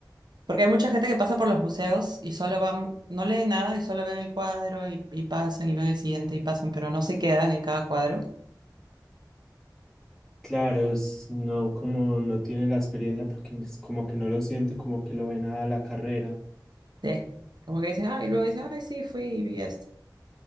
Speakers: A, on the right; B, in the centre.
A: Porque hay mucha gente que pasa por los museos y solo van, no leen nada y solo ven el cuadro y, y pasan y ven el siguiente y pasan, pero no se quedan en cada cuadro.
B: Claro, es- no como no tienen la experiencia porque es como que no lo sienten, como que lo ven a la carrera.
A: Sí. Como que dicen, ah, y luego dicen, ay, sí, fui y vi esto.